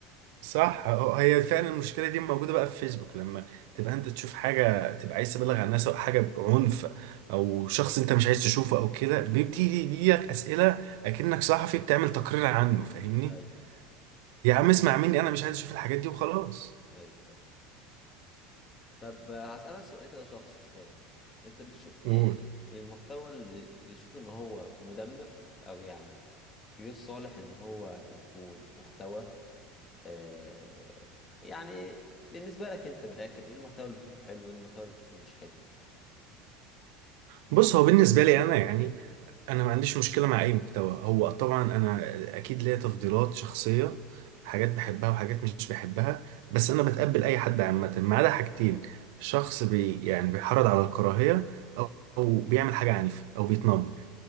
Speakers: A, on the right; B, on the left.
A: صح اه، هي فعلا المشكله دي موجوده بقى في فيسبوك لما تبقى انت تشوف حاجه تبقى عايز تبلغ عن الناس او حاجه بعنف او شخص انت مش عايز تشوفه او كده بيبتدي يجيلك اسئله اكنك صحفي بتعمل تقرير عنه فاهمني
B: ايوه
A: يا عم اسمع مني انا مش عايز اشوف الحاجات دي وخلاص
B: ايوه صح طب آه، هسألك سؤال كده شخصي شوية انت بتشوف ايه
A: قول
B: المحتوى اللي بتشوف ان هو مدمر او يعني غير صالح ان هو يكون محتوى آه يعني بالنسبة لك انت من الاخر ايه المحتوى اللي بتشوفه حلو ايه المحتوى اللي بتشوفه مش حلو
A: بص هو بالنسبه لي انا يعني انا ما عنديش مشكله مع اي محتوى هو طبعا انا اكيد ليا تفضيلات شخصيه حاجات بحبها وحاجات مش بحبها بس انا بتقبل اي حد عامه ما عدا حاجتين شخص بي يعني بيحرض على الكراهيه او أو بيعمل حاجه عنيفه او بيتنمر